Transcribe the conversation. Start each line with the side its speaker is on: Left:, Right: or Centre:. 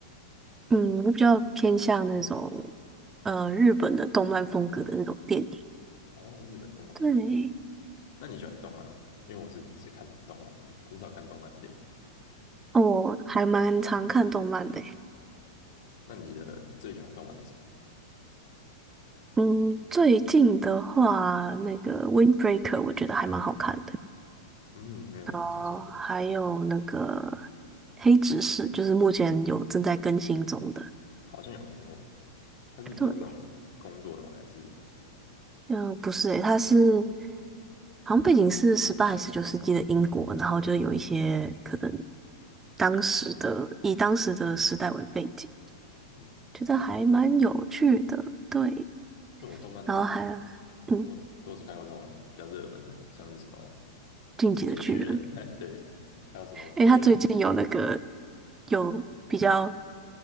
Right: 嗯，我比较偏向那种呃日本的动漫风格的那种电影。
Left: 哦，日本动漫风格，
Right: 对，
Left: 那你喜欢动漫吗？因为我是只看动漫，很少看动漫的电影。
Right: 哦我还蛮常看动漫的诶
Left: 那你的最喜欢动漫是什么？
Right: 嗯，最近的话，那个《Windbreaker》我觉得还蛮好看的。
Left: 嗯，没有听说过，
Right: 哦，还有那个《黑执事》，就是目前有正在更新中的。
Left: 好像有听过。它是比较这种工作的吗？
Right: 对，
Left: 还是
Right: 嗯、不是诶，它是好像背景是十八还是十九世纪的英国，然后就有一些可能当时的以当时的时代为背景，
Left: 嗯？
Right: 觉得还蛮有趣的。
Left: 因
Right: 对，
Left: 因为我动漫
Right: 然后还嗯，
Left: 都都只看过这种比较热门的，像是什么
Right: 《进击的巨人》，
Left: 《进击的巨人》<laughs> 对，还有什么猎人什么的，
Right: 诶，他最近有那个有比较